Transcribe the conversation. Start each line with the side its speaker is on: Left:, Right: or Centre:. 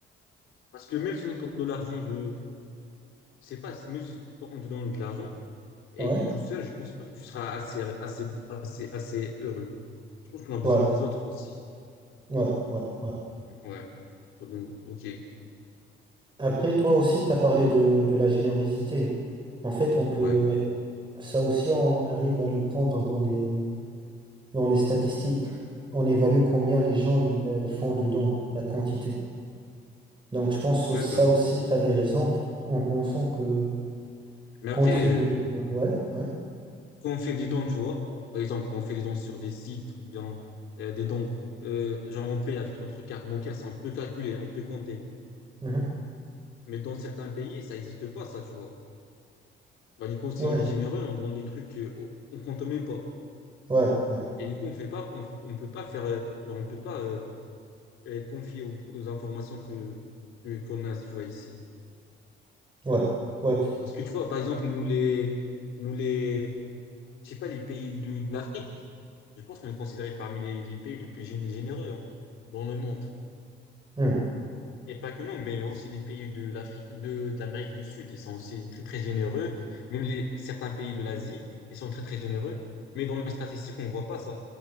Left: Parce que même si on te donne de l'argent de, je sais pas, c'est- même si on te donne de l'argent et
Right: Ouais,
Left: t'es tout seul, je pense pas que tu seras assez, assez, assez, assez heureux. Je pense qu'on a besoin
Right: ouais,
Left: des autres aussi.
Right: ouais, ouais, ouais.
Left: Ouais. Pour nous. Ok.
Right: Après, toi aussi, tu as parlé de, de la générosité. En fait, on peut,
Left: Ouais.
Right: ça aussi, on arrive à le prendre dans les, dans les statistiques. On évalue combien les gens ils, ils font de dons, la quantité. Donc, je pense que
Left: D'accord.
Right: ça aussi, tu avais raison t- en pensant que
Left: Mais
Right: contribuer.
Left: après, euh,
Right: Ouais, ouais,
Left: quand on fait des dons, tu vois, par exemple, quand on fait des dons sur des sites ou bien euh, des dons, euh, genre on paye avec notre carte bancaire, ça on peut calculer, on peut compter.
Right: mhm,
Left: Mais dans certains pays, ça n'existe pas, ça, tu vois. Bah, du coup, si
Right: ouais,
Left: on est généreux, on donne des trucs euh, au- on compte même pas.
Right: ouais, ouais,
Left: Et du coup, on fait pas, on, f- on peut pas faire, euh, genre, on peut pas euh, être confié aux, aux informations que, que- qu'on a, tu vois, ici.
Right: ouais, ouais,
Left: Parce que tu vois, par exemple, nous les, nous les, je sais pas, les pays du- de l'Afrique, je pense qu'on est considéré parmi les, les pays les plus gén- généreux hein, dans le monde.
Right: hmm,
Left: Et pas que nous, mais aussi les pays de l'Afrique, de, de l'Amérique du Sud, ils sont aussi très, très généreux. Même les, certains pays de l'Asie, ils sont très, très généreux. Mais dans les statistiques, on voit pas ça.